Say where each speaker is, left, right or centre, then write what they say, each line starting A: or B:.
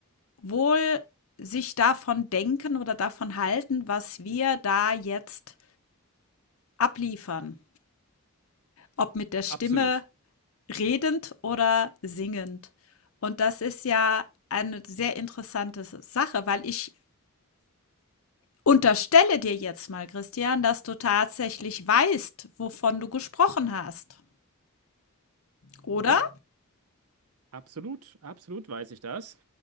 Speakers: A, on the left (about 70°); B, on the right (about 90°).
A: wohl sich davon denken oder davon halten, was wir da jetzt abliefern, ob mit der Stimme
B: Absolut.
A: redend oder singend. Und das ist ja eine sehr interessante Sache, weil ich unterstelle dir jetzt mal, Christian, dass du tatsächlich weißt, wovon du gesprochen hast. Oder?
B: Ja, absolut, absolut weiß ich das.